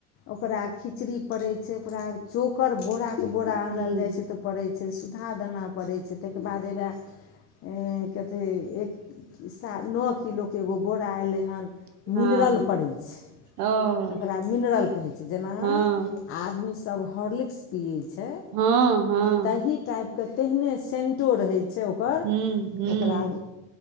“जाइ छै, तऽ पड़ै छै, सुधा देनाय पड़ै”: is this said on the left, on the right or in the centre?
Left